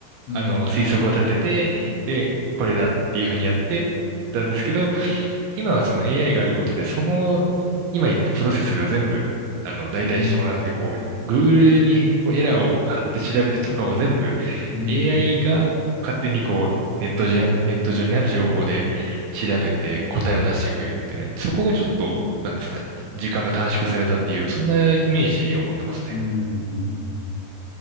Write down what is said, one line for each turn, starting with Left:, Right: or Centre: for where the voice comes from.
Left: うん。
Right: あの、推測を立てて、
Left: うん。
Right: で、これだっていうふうにやってたんですけど、今はその AI があることで、その、今言ったプロセスが全部、あの、代替してもらって、
Left: うん。うん。
Right: こう、Google にこうエラーを貼って調べてとかを全部
Left: うん。
Right: AI が勝手にこう、ネットじゃ、ネット上にある情報で調べて答えを出してくれるっていうね、そこがちょっと、なんですかね、時間が短縮されたっていう、そんなイメージを持ってますね。
Left: うん。うん。